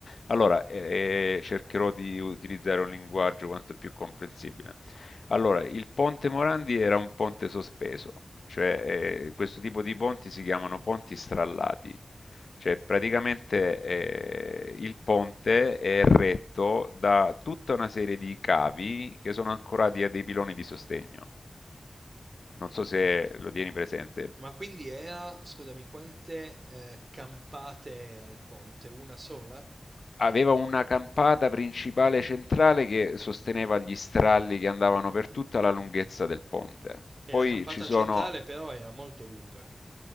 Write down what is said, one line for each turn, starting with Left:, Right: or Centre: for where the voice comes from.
Left: Allora, eh, cercherò di utilizzare un linguaggio quanto più comprensibile. Allora, il ponte Morandi era un ponte sospeso, cioè eh, questo tipo di ponti si chiamano ponti strallati. Cioè, praticamente eh, il ponte è retto da tutta una serie di cavi che sono ancorati a dei piloni di sostegno. Non so se lo tieni presente.
Right: ma quindi era, scusami, quante eh, campate al ponte? Una sola?
Left: Aveva una campata principale centrale che sosteneva gli stralli che andavano per tutta la lunghezza del ponte.
Right: E
Left: Poi
Right: la campata
Left: ci sono
Right: centrale però era molto lunga.